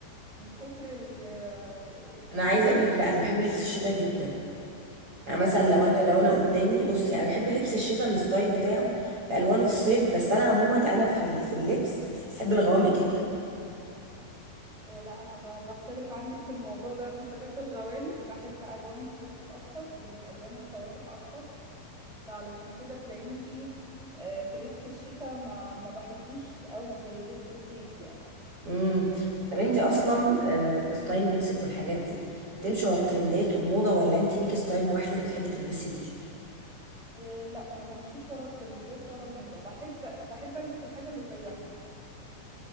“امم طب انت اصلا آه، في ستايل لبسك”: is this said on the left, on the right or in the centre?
Right